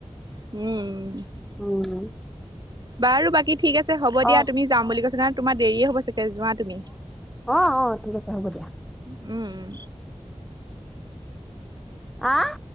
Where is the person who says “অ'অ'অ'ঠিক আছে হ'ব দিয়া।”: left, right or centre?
Centre